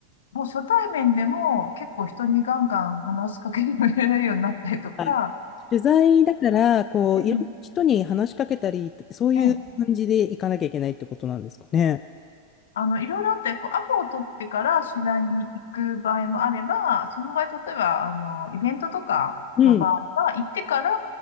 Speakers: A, on the left; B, on the left.
A: もう初対面でも結構人にガンガン話しかけられるようになったりとか、
B: はい取材だから、こう、
A: ええ、
B: いろんな人に話しかけたり、そういう感じで行かなきゃいけないってことなんですかね。
A: ええあの、いろいろあって、こう、アポを取ってから取材に行く場合もあれば、その場合、例えば、あの、イベントとかの場合は、
B: うん。
A: 行ってから、